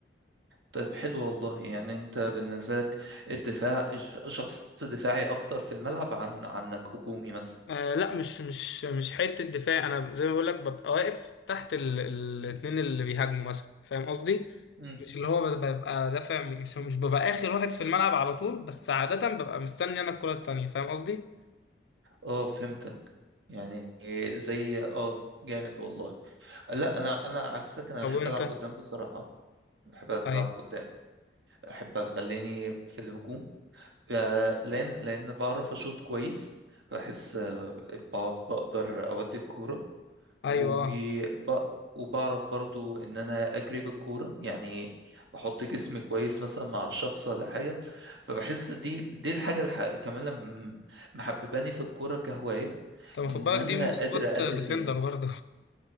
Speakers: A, on the right; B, on the left.
A: طيب حلو والله يعني انت بالنسبة لك الدفاع ش- شخص دفاعي اكتر في الملعب عن عنك هجومي مثلا
B: آه لا مش مش مش حته دفاع انا زي ما بقول لك ببقى واقف تحت ال- ال- الاتنين اللي بيهاجموا مثلا فاهم قصدي
A: مم.
B: مش اللي هو ببقى دافع مش مش ببقى اخر واحد في الملعب على طول بس عاده ببقى مستني انا الكره التانيه فاهم قصدي
A: اه فهمتك يعني زي اه جامد والله لا انا انا عكسك انا
B: طب
A: بحب
B: وانت
A: العب قدام بصراحة بحب
B: ايوه
A: العب قدام بحب اخليني في الهجوم آه، لان لان بعرف اشوط كويس بحس آه، ب- بقدر اودي الكورة
B: ايوه
A: وب...
B: اه
A: وبعرف برضو ان انا اجري بالكوره يعني بحط جسمي كويس مثلا مع الشخص ولا حاجه فبحس دي دي الحاجه الح... كمان لما محبباني في الكوره كهوايه
B: طب
A: ان
B: خد بالك
A: انا
B: دي مواصفات
A: قادر ادي
B: ديفندر
A: فيها
B: برضه